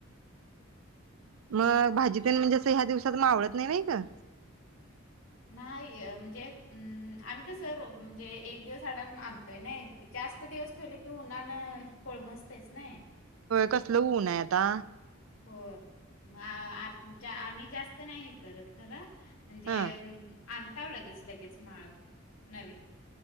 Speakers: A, on the right (about 80°); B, on the left (about 85°).
A: मग भाजी तेन म्हणजें अस ह्या दिवसात मावळत नई व्हय ग?
B: नाही म्हणजे अ आम्ही कसं रो म्हणजे एक दिवस अडाण आणतोय नाही, जास्त दिवस ठेवले कि उन्हान कोळमजतयच नई.
A: कसलं ऊन आहे आता
B: <inaudible> आम्ही जास्त नाही हे करत खरं म्हणजे
A: हं
B: आणताव लगेच, लगेच माळव. नवीन